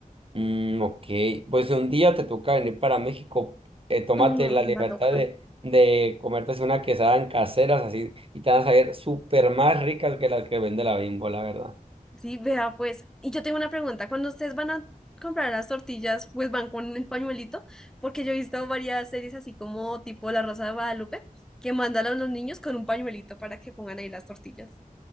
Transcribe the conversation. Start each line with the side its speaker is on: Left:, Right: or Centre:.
Right: Mm, ok, pues un día te toca venir para México, eh, tómate
Centre: Mm,
Right: la libertad
Centre: va a tocar.
Right: de, de comerte así una quesada en caseras así y te van a salir súper más ricas que las que vende la Bimbo, la verdad.
Centre: Sí, vea, pues, y yo tengo una pregunta, cuando ustedes van a comprar las tortillas, pues van con el pañuelito, porque yo he visto varias series así como tipo La Rosa de Guadalupe, que mandan a los niños con un pañuelito para que pongan ahí las tortillas.